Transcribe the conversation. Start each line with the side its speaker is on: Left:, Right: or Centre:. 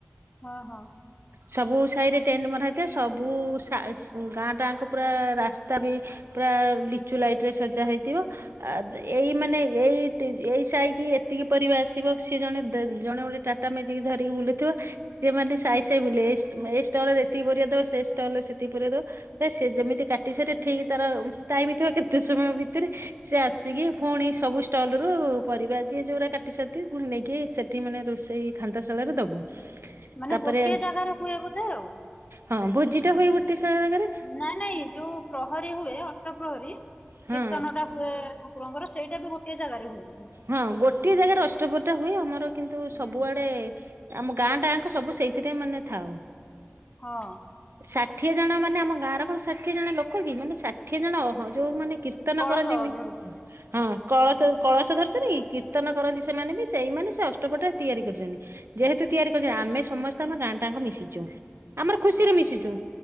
Left: ହଁ-ହଁ।
Right: ସବୁ ସାହିରେ ଟେଣ୍ଟ ମରା ହେଇଥାଏ ସବୁ ସା ଗାଁ ଟାଁ କ ପୁରା ରାସ୍ତା ବି ପ୍ରାୟ ଲିଚୁ ଲାଇଟ୍ ରେ ସଜା ହେଇଥିବ। ଆ ଏଇ ମାନେ ଏଇ ଏଇ ସାହିକି ଏତିକି ପରିବା ଆସିବ ସିଏ ଜଣେ-ଜଣେ ବୋଲି ଟାଟା ମେଜିକ ଧରିକି ବୁଲୁ ଥିବ ସିଏ ମାନେ ସାହି-ସାହି ବୁଲେ ଏଇ ଷ୍ଟଲ୍ ରେ ଏତିକି ପରିବା ଦବ ସେ ଷ୍ଟଲ୍ ରେ ସେତିକି ପରିବା ଦବ ସେ ଯେମିତି କାଟି ସାରିବେ ଠିକ୍ ତାର ଟାଇମ୍ ଥିବ କେତେ ସମୟ ଭିତରେ ସିଏ ଆସିକି ଫୁଣି ସବୁ ଷ୍ଟଲ୍ ରୁ ପରିବା ଯିଏ ଯୋଉ ଗୁରା କାଟି ସାରିଥିବେ, ପୁଣି ନେଇକି ସେ ଠି ମାନେ ରୋଷେଇ ଖାନ୍ଦାଶାଳରେ ଦବ।
Left: ମାନେ
Right: ତାପରେ
Left: ଗୋଟିଏ ଜାଗାରେ ହୁଏ ବୋଧେ ଆଉ।
Right: ହଁ ଭୋଜି ଟା ହୁଏ ଗୋଟେ <unintelligible>
Left: ନାଇଁ-ନାଇଁ ଯୋଉ ପ୍ରହରୀ ହୁଏ ଅଷ୍ଟପ୍ରହରୀ
Right: ହଁ
Left: କୀର୍ତ୍ତନ୍ ଟା ହୁଏ ଠାକୁରଙ୍କର ସେଇଟା ବି ଗୋଟେ ଜାଗାରେ ହୁଏ।
Right: ହଁ ଗୋଟିଏ ଜାଗାରେ ଅଷ୍ଟପହରି ଟା ହୁଏ ଆମର କିନ୍ତୁ
Left: ହୁଁ
Right: ସବୁଆଡେ ଆମ ଗାଁ ଟାଙ୍କ ସବୁ ସେଇଥିରେ ମାନେ ଥାଉ।
Left: ହଁ।
Right: ଷାଠିଏ ଜଣ ମାନେ ଆମ ଗାଁର କଣ ଷାଠିଏ ଜଣ ଲୋକ କି ମାନେ ଷାଠିଏ ଜଣ ଅହ ଯୋଉ ମାନେ କୀର୍ତ୍ତନ
Left: କଳସ
Right: କରନ୍ତିନି
Left: ଧରୁଥିବେ।
Right: ହଁ କଳସ ଯୋଉ କଳସ ଧରି <unintelligible> କୀର୍ତ୍ତନ କରନ୍ତି ସେମାନେ ବି ସେଇମାନେ ସେ ଅଷ୍ଟପ୍ରହରୀ ଟା ତିଆରି କରଚନ୍ତି। ଯେହେତୁ ତିଆରି କରିଚନ୍ତି ଆମେ ସମସ୍ତେ ଆମ ଗାଁ ଟାଙ୍କ ମିଶିଚୁ। ଆମର ଖୁସିରେ
Left: ହଁ ହଁ
Right: ମିଶିଚୁ